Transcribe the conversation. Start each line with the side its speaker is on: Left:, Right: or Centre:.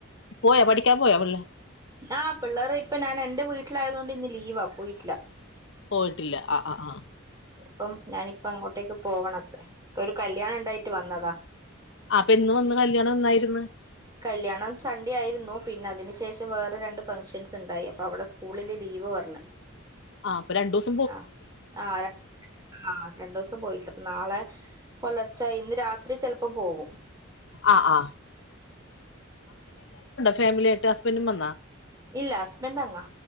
Left: പോയാ പഠിക്കാൻ പോയാ പിള്ള
Right: ആ പിള്ളേറിപ്പനാന് എൻ്റെ വീട്ട് വീട്ടിലായതുകൊണ്ട് ഇന്ന് ലീവാ പോയിട്ടില്ല
Left: പോയിട്ടില്ല ആഹ് ആഹ് ആഹ്
Right: അപ്പം ഞാനിപ്പങ്ങോട്ടേക്ക് പോവണത്രേ ഒരു കല്യാണം ഉണ്ടായിട്ട് വന്നതാ
Left: ആഹ് എന്ന് വന്ന കല്യാണം എന്നായിരുന്ന്
Right: കല്യാണം സൺഡേ ആയിരുന്നു പിന്നെ അതിന് ശേഷം വേറെ രണ്ട് ഫംഗ്ഷൻസ് ഇണ്ടായി അപ്പൊ അവിട സ്കൂളില് ലീവ് പർഞ്ഞ്
Left: ആഹ് അപ്പൊ രണ്ടുസം
Right: ആഹ് ആഹ് ആഹ് രണ്ടോസം പോയില അപ്പൊ നാളെ പെലർച്ചായിന്ന് രാത്രി ചെലപ്പം പോവും
Left: ആ ആ ഫാമിലിയാട്ട് ഹസ്ബൻഡും വന്നാ
Right: ഇല്ല ഹസ്ബന്റ് അങ്ങാ